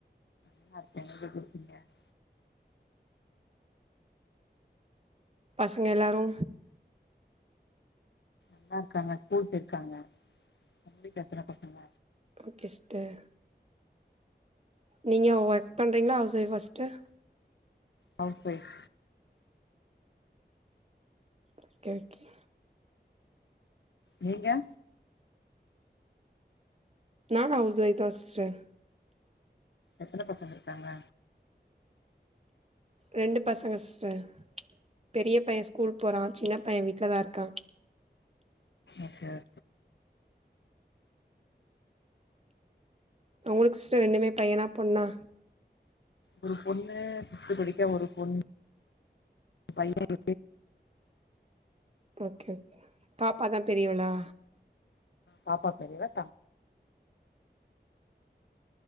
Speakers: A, on the left; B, on the right.
A: <unintelligible>
B: பசங்க எல்லாரு
A: நல்லா இருக்காங்க ஸ்கூல் போயிருகாங்க உங்களுக்கு எத்தன பசங்க
B: ஓகே சிஸ்டர் நீங்க ஒர்க் பண்றிங்களா ஹவுஸ் வைஃப் ஆ sister
A: housewife
B: okay okay
A: நீங்க
B: நானு ஹவுஸ் வைஃப் தா சிஸ்டர்
A: எத்தன பசங்க இருக்காங்க
B: ரெண்டு பசங்க சிஸ்டர் பெரிய பைய ஸ்கூல் போறா சின்ன பைய வீட்லதா இருக்கா
A: ஓகே அ
B: உங்களுக்கு சிஸ்டர் ரெண்டுமே பையனா பொண்ணா
A: ஒரு பொண்ணு ஃபிப்த் படிக்கா ஒரு பொண்ணு <inaudible> பைய <inaudible>
B: ஓகே ஓகே பாப்பாதா பெரியவளா
A: பாப்பா பெரியவ தம்